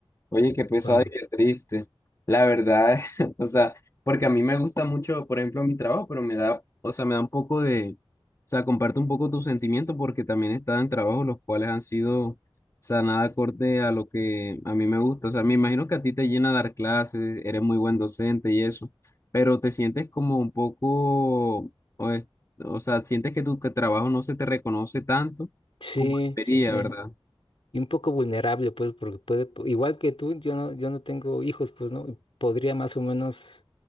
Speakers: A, on the left; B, on the left.
A: Oye, qué pesado
B: Cuando.
A: y qué triste. La verdad, <laughs> o sea, porque a mí me gusta mucho, por ejemplo, mi trabajo, pero me da, o sea, me da un poco de, o sea, comparte un poco tus sentimientos porque también he estado en trabajos los cuales han sido, o sea, nada acorde a lo que a mí me gusta. O sea, me imagino que a ti te llena dar clases, eres muy buen docente y eso, pero te sientes como un poco, o, es- o sea, sientes que tu que trabajo no se te reconoce tanto
B: Sí,
A: como debería,
B: sí, sí.
A: ¿verdad?
B: Y un poco vulnerable, pues, porque puede, po- igual que tú, yo no, yo no tengo hijos, pues, ¿no? Y Podría más o menos